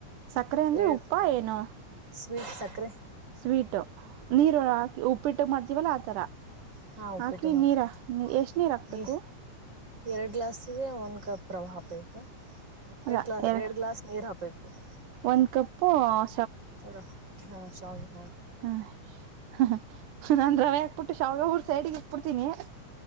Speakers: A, on the right; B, on the right.
A: ಸಕ್ಕರೆ ಅಂದ್ರೆ
B: ಎರಡು
A: ಉಪ್ಪ ಏನು
B: ಸ್ವೀಟ್ ಸಕ್ಕರೆ
A: ಸ್ವೀಟು ನೀರು ಉಪ್ಪಿಟ್ಟಕ್ ಮಾಡ್ತೀವಲ್ಲ ಆತರ <unintelligible>
B: ಹಾ ಉಪ್ಪಿಟ್ಟ
A: ಹಾಕಿ
B: ಮಾಡತೇವಿ
A: ನೀರ ಎಷ್ಟ್ ನೀರ್ ಹಾಕ್ಬೇಕು
B: ನೀ ಎರಡು ಗ್ಲಾಸಿಗ ಒಂದ್ ಕಫ್ ರವಾ ಹಾಕಬೇಕ
A: ಅಲ್ಲ
B: ಎ ಕ್ಲಾಸ್
A: ಎರ
B: ಎರಡ್ ಗ್ಲಾಸ್ ನೀರ್ ಹಾಕಬೇಕ. ಕ್ಕ್ ಸ್
A: ಒಂದ್ ಕಪ್ಪು ಊ
B: ಹಲೋ ಪ್ಚ್ ಹಾ ಶಾವಗೆ
A: ಹಾ ಹ್ಹ ನಾನು ರವೆ ಹಾಕ್ಬಿಟ್ಟು ಶಾವಗೆ ಹುರುದು ಸೈಡಿಗೆ ಇಟ್ಟಬಿಡತೀನಿ ಹಿ